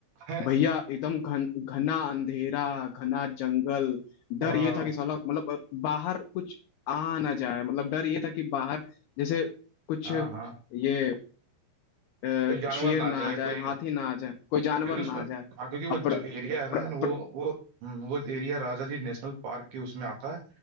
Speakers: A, on the right; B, on the left.
A: है
B: भैया एकदम घन घना अंधेरा घना जंगल डर
A: हाँ
B: ये था कि साला मतलब बाहर कुछ आ ना जाए मतलब डर ये था कि बाहर जैसे कुछ
A: हाँ
B: ये
A: हाँ
B: अ,
A: कोई जानवर
B: शेर
A: ना आ
B: ना
A: जाए
B: आ जाए
A: कोई
B: हाथी ना आ जाए कोई जानवर
A: क्योंकि उसमें
B: ना आ जाए
A: हाँ क्योंकि वो
B: अपर
A: जो एरिया
B: प्र,
A: है
B: प्र,
A: ना वो वो हम्म, वो area Rajaji national park के उसमें आता है